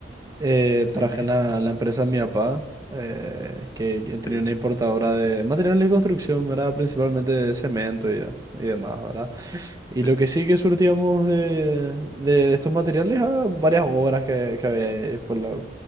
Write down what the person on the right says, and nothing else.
eh,
traje
la, en la empresa de mi papá, eh, que él tenía
una importadora de materiales de construcción, ¿verdad? Principalmente de cemento y, y demás, ¿verdad? Y
lo que sí que surtíamos de, de- de estos materiales a varias obras que, que había ahí por la,